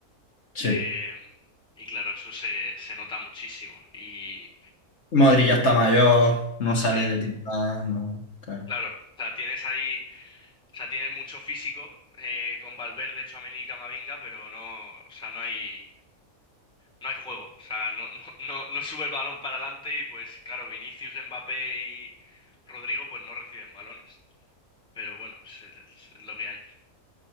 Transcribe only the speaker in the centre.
eh, y claro, eso se, se nota muchísimo. Y
sí,
claro, o sea, tienes ahí, o sea, tienes mucho físico eh, con Valverde, Tchouaméni y Camavinga, pero no, o sea, no hay, no hay juego, o sea, no, <laughs> no, no, no sube el balón para adelante y pues claro, Vinicius, Mbappé y Rodrigo, pues no reciben balones. Pero bueno, es, es- es lo que hay.